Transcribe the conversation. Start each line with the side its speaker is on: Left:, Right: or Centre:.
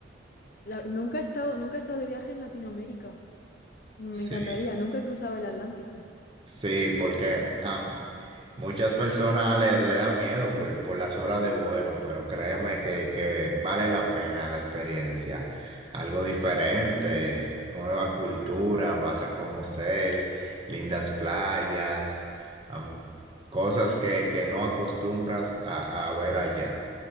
Left: La- nunca he estado, nunca he estado de viaje en Latinoamérica. Me
Right: Sí.
Left: encantaría, nunca he cruzado el Atlántico.
Right: Sí, porque am, muchas personas le, le da miedo por, por las horas de vuelo, pero créeme que, que vale la pena la experiencia. Algo diferente, nueva cultura, vas a conocer lindas playas, am, cosas que, que no acostumbras a, a ver allá.